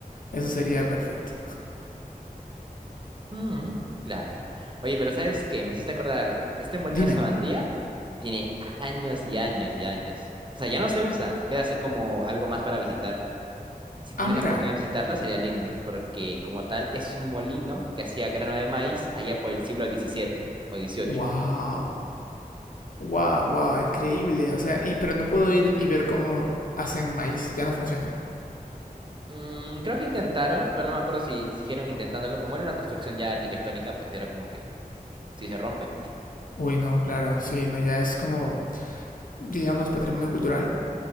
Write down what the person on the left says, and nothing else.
Eso sería perfecto.
Dime.
Ah, mira.
Wow. Wow, wow, increíble. O sea, y pero no puedo ir y ver cómo hacen maíz, ya no funciona.
Uy, no, claro, sí, no, ya es como, digamos, patrimonio cultural.